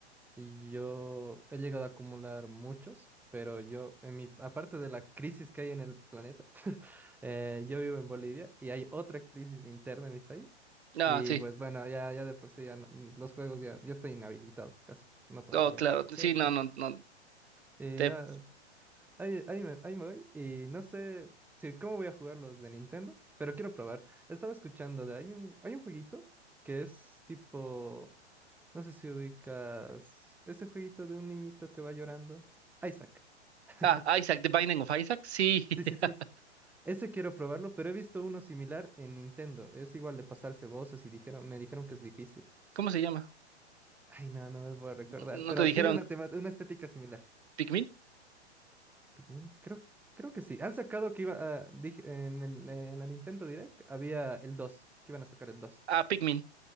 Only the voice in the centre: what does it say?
y yo he llegado a acumular muchos, pero yo, en mi, aparte de la crisis que hay en el planeta, <laughs> eh, yo vivo en Bolivia y hay otra crisis interna en mi país.
Y
pues bueno, ya, ya de por sí ya no- los juegos ya, ya estoy inhabilitado casi. No puedo
comprar
por tarjetas.
Eh,
nada, ahí, ahí me, ahí me voy. Y no sé si cómo voy a jugar los de Nintendo, pero quiero probar. Estaba escuchando de hay un, hay un jueguito que es tipo, no sé si ubicas ese jueguito de un niñito que va llorando. Isaac. <laughs>
Sí, sí, sí.
Ese quiero probarlo, pero he visto uno similar en Nintendo. Es igual de pasarse voces y dijeron, me dijeron que es difícil.
Ay, no, no me puedo recordar,
pero
tiene una tema, una estética similar.
Pikmin, creo, creo que sí. Han sacado que iba a, dije, en el, en la Nintendo Direct había el 2 que iban a sacar el dos